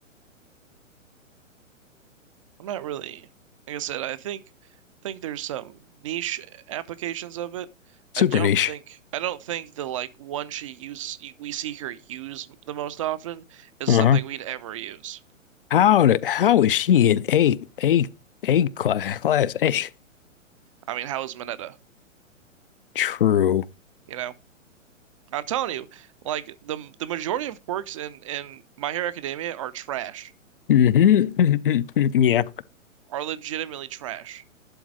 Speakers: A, on the right; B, on the left.
A: I'm not really, like I said, I think think there's some niche applications of it.
B: Super
A: I don't
B: niche.
A: think I don't think the like one she uses we see her use the most often is
B: Uh-huh.
A: something we'd ever use.
B: How did, how is she in eight, eight, eight class, class eight?
A: I mean, how is Mineta?
B: True.
A: You know, I'm telling you, like the the majority of quirks in in My Hero Academia are trash,
B: Mm-hmm. <laughs> Yeah.
A: are legitimately trash.